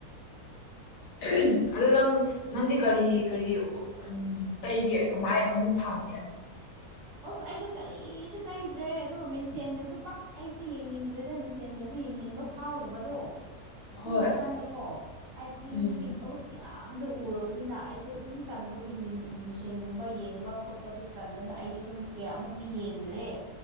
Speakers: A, on the left (about 65°); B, on the right (about 80°).
A: <unintelligible> ꯑꯗꯨ ꯅꯪ
B: ꯎꯝ
A: ꯅꯪꯗꯤ ꯀꯔꯤ ꯀꯔꯤ ꯎꯝ ꯇꯩꯒꯦ ꯀꯃꯥꯏ ꯑꯃꯨꯛ ꯐꯥꯒꯦ
B: <unintelligible> ꯑꯁ ꯑꯩꯗꯣ ꯀꯔꯤꯁꯨ ꯇꯩꯗ꯭ꯔꯦ ꯑꯗꯨꯒ ꯃꯤꯟꯁꯦꯟꯒꯁꯨ ꯄꯥꯛ ꯑꯩꯁꯦ ꯌꯦꯡꯅꯤꯡꯗ꯭ꯔꯦꯗ ꯃꯤꯟꯁꯦꯟꯒꯁꯤ ꯌꯦꯡꯅꯤꯡꯕ ꯐꯥꯎꯗꯕꯗꯣ ꯁꯨꯝ
A: ꯍꯣꯏ
B: ꯋꯈꯜꯗꯥꯀꯣ ꯍꯥꯏꯕꯗꯤ
A: ꯎꯝ
B: ꯄꯤꯝꯄꯜ ꯃꯤꯌꯥꯝ ꯎꯔꯕꯅꯤꯅ ꯑꯩꯁꯨ ꯑꯗꯨꯝ ꯇꯟꯕꯒꯤ ꯃꯤꯟ ꯃꯤꯟꯁꯦꯡ ꯒꯨꯝꯕ ꯌꯦꯡꯕ ꯈꯣꯠꯄꯗꯨ ꯇꯟꯗꯅ ꯑꯩꯗꯤ ꯑꯗꯨꯝ ꯄꯤꯌꯥꯃꯨꯛꯇꯤ ꯌꯦꯡꯗ꯭ꯔꯦ